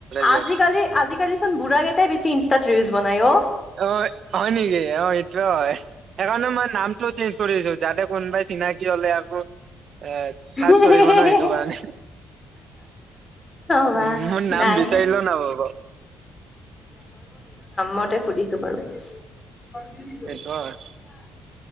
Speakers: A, on the right; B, on the left.
A: যে
B: আজিকালি, আজিকালি চোন বুঢ়া কেইটাই বেছি ইনষ্টাত ৰিল্ছ বনাই অ'।
A: অ', হয় নেকি? অ', সেইটোৱে হয়, সেইকাৰণে মই নামটো চেঞ্জ কৰিছোঁ, যাতে কোনোবাই চিনাকি হ'লে আকৌ এ,
B: অ
A: চাৰজ কৰিব ন! সেইটোকাৰণে,
B: অ মা
A: উম, মোৰ নাম
B: নাই
A: বিচাৰিলেও নাপাব।
B: মতে খুলিছো বাৰু। <unintelligible>
A: সেইটো হয়